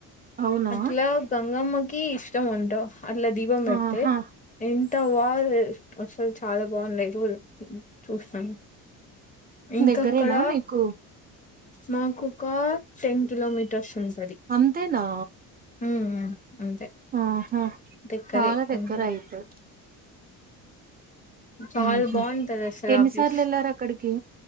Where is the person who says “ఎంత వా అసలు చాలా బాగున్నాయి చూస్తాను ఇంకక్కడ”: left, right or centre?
Left